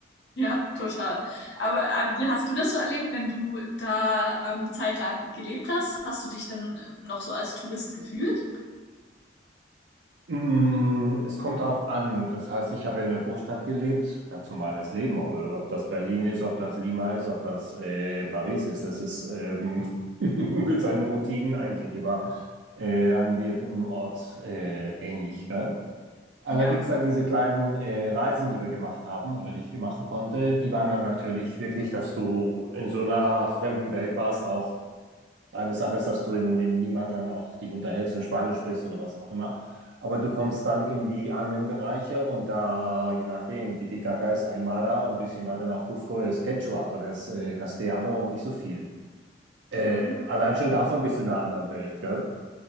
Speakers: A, on the left; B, on the right.
A: Ja, total. Aber äh, wie hast du das so erlebt, wenn du da ähm, zeitlang gelebt hast? Hast du dich dann noch so als Tourist gefühlt?
B: Mm, Es kommt darauf an. Das heißt, ich habe ja in der Großstadt gelebt, ganz normales Leben. Aber Ob das Berlin ist, ob das Lima ist, ob das äh, Paris ist, das ist ähm, <laughs> mit seinen Routinen eigentlich immer äh, an jedem Ort äh, ähnlich. Gell? Allerdings
A: Ja,
B: dann diese kleinen äh, Reisen, die wir gemacht haben oder die ich machen konnte, die waren dann natürlich wirklich, dass du in so einer fremden Welt warst, auch eine Sache ist, dass du in, in Lima dann auch dich unterhältst und Spanisch sprichst oder was auch immer. Aber du kommst dann in die anderen Bereiche und da, je nachdem, Titicaca ist Aymara und ein bisschen weiter nach Cusco ist Quechua, aber da ist äh, Castellano und nicht so viel. Äh,
A: mhm.
B: allein schon davon bist du in einer anderen Welt, gell?